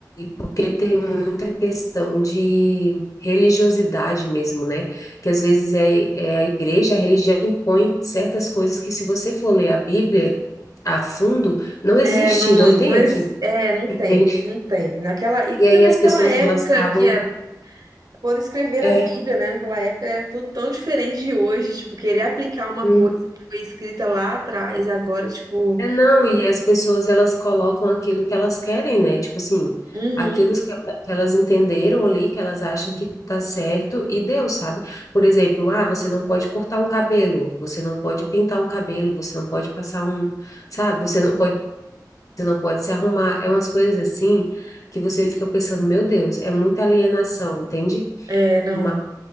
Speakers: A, on the left; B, on the right.
A: porque tem muita questão de religiosidade mesmo, né? Que às vezes é, é a igreja, a religião impõe certas coisas que se você for ler a Bíblia a fundo, não existe,
B: É, não,
A: não tem
B: não, ex-
A: aqui,
B: é, não
A: entende?
B: tem, não tem. Naquela, e
A: E aí
B: também
A: as
B: aquela
A: pessoas,
B: época
A: elas acabam,
B: que é quando escrever
A: é,
B: a Bíblia, né, naquela época era tudo tão diferente de hoje, tipo, querer aplicar uma
A: uhum.
B: coisa que foi escrita lá atrás, agora, tipo,
A: É, não, e as pessoas elas colocam aquilo que elas querem, né? Tipo assim,
B: uhum,
A: aquilo que, ela- que elas entenderam ali, que elas acham que tá certo e deu, sabe? Por exemplo, ah, você não pode cortar um cabelo, você não pode pintar um cabelo, você não pode passar um, sabe? Você não pode, você não pode se arrumar. É umas coisas assim que você fica pensando, meu Deus, é muita alienação, entende?
B: é, não,
A: Mas,